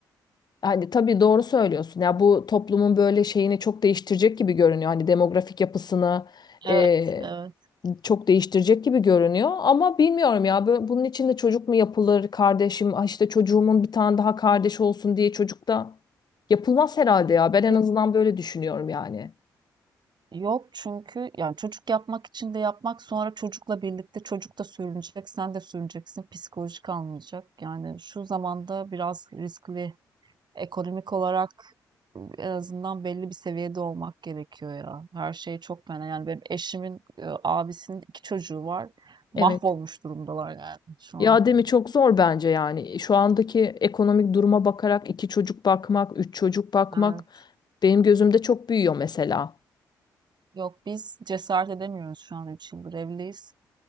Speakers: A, on the left; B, on the right.
A: Hani tabii doğru söylüyorsun. Ya bu toplumun böyle şeyini çok değiştirecek gibi görünüyor. Hani demografik yapısını
B: Evet,
A: e,
B: evet.
A: çok değiştirecek gibi görünüyor. Ama bilmiyorum ya bö- bunun için de çocuk mu yapılır kardeşim? Ah işte çocuğumun bir tane daha kardeş olsun diye çocuk da yapılmaz herhalde ya. Ben en
B: Yo-
A: azından böyle düşünüyorum yani.
B: Yok çünkü yani çocuk yapmak için de yapmak sonra çocukla birlikte çocuk da sürünecek, sen de sürüneceksin, psikolojik almayacak. Yani şu zamanda biraz riskli, ekonomik olarak en azından belli bir seviyede olmak gerekiyor ya. Her şey çok fena. Yani benim eşimin e, abisinin iki çocuğu var. Mahvolmuş
A: Evet.
B: durumdalar yani şu an.
A: Ya değil mi çok zor bence yani. Şu andaki ekonomik duruma bakarak iki çocuk bakmak, üç çocuk bakmak
B: Evet.
A: benim gözümde çok büyüyor mesela.
B: Yok biz cesaret edemiyoruz şu an 3 yıldır evliyiz.